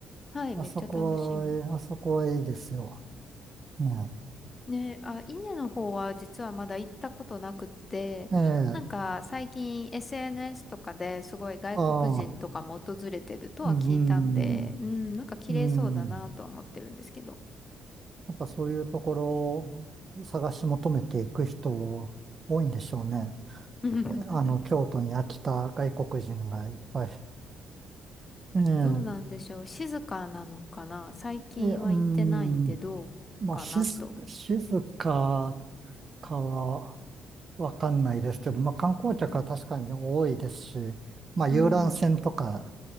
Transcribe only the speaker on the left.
はい、
めっちゃ楽しみ。
ね、あ、稲の方は実はまだ行ったことなくって、
なんか最近
SNS とかですごい外国人とかも訪れてるとは聞いたんで、
うん、なんか綺麗そうだなとは思ってるんですけど。
<laughs>
どうなんでしょう。静かなのかな。最近は行ってないんでどうかなと。
うん、